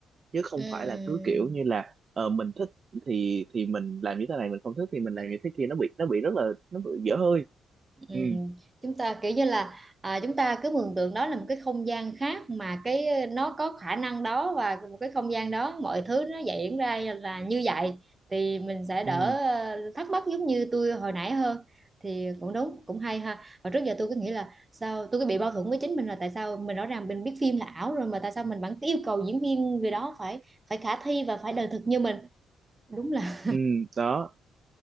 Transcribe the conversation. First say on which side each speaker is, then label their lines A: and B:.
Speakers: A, on the right; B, on the right.
A: chứ không
B: Ừm.
A: phải là cứ kiểu như là ờ, mình thích thì thì mình làm như thế này mình không thích thì mình làm như thế kia nó bị nó bị rất là nó bị dở hơi
B: Ừ.
A: ừ
B: Chúng ta kiểu như là à, chúng ta cứ mường tượng đó là một cái không gian khác mà cái ờ, nó có khả năng đó và một cái không gian đó mọi thứ nó diễn ra là như vậy thì mình sẽ đỡ
A: ừ
B: ờ, thắc mắc giống như tôi hồi nãy hơn thì cũng đúng cũng hay ha và trước giờ tôi cứ nghĩ là sao tôi cứ bị mâu thuẫn với chính mình là tại sao mình rõ ràng mình biết phim là ảo rồi mà tại sao mình vẫn cứ yêu cầu diễn viên người đó phải phải khả thi và phải đời thực như mình đúng là
A: ừ đó